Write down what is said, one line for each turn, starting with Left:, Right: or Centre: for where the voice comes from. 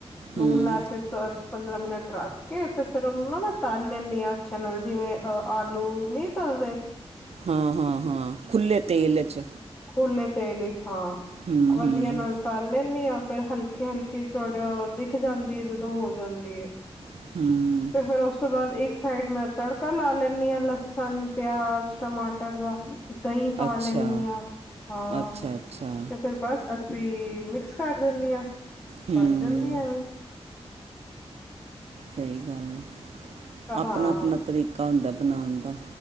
Left: ਨੂਨ
Right: ਹੂੰ
Left: ਲਾ ਕੇ ਦਸ-ਪੰਦਰਾਂ ਮਿੰਟ ਰੱਖ ਕੇ ਤੇ ਫੇਰ ਉਹਨੂੰ ਨਾਂ ਮੈਂ ਤੱਲ ਲੈਂਣੀ ਆਂ ਅੱਛੇ ਨਾਲ ਜਿਵੇਂ ਅ ਆਲੂ ਨਈਂ ਤਲਦੇ
Right: ਹਾਂ, ਹਾਂ, ਹਾਂ ਖੁੱਲ੍ਹੇ ਤੇਲ ਇੱਚ।
Left: ਖੁੱਲੇ ਤੇਲ ਵਿਚ ਹਾਂ,
Right: ਹੂੰ
Left: ਵਧੀਆ
Right: ਹੂੰ
Left: ਨਾਲ। ਤੱਲ ਲੈਂਣੀ ਆਂ, ਫਿਰ ਹਲਕੇ-ਹਲਕੇ ਜੜਿਆ ਦਿਖ ਜਾਂਦੀ ਹੈ ਜਦੋਂ ਹੋ ਜਾਂਦੀ ਐ।
Right: ਹਂ
Left: ਤੇ ਫੇਰ ਉਸ ਤੋਂ ਬਾਅਦ ਇੱਕ ਸਾਈਡ ਮੈਂ ਤੜਕਾ ਲਾ ਲੈਂਣੀ ਆਂ, ਲਸਣ, ਪਿਆਜ, ਟਮਾਟਰ ਦਾ। ਦਹੀਂ ਪਾ
Right: ਅੱਛਾ
Left: ਲੈਂਣੀ ਆਂ, ਹਾਂ
Right: ਅੱਛਾ ਅੱਛਾ
Left: ਤੇ ਫਰ ਬਸ ਅਰ ਬੀ ਮਿਕਸ ਕਰ ਦਿੰਣੀ ਆਂ,
Right: ਹੂੰ
Left: ਬਣ ਜਾਂਦੀ ਐਵੇਂ।
Right: ਸਹੀ ਗੱਲ ਏ, ਆਪਣਾ
Left: ਹਾਂ,
Right: ਆਪਣਾ ਤਰੀਕਾ ਹੁੰਦਾ ਬਣਾਉਣ ਦਾ।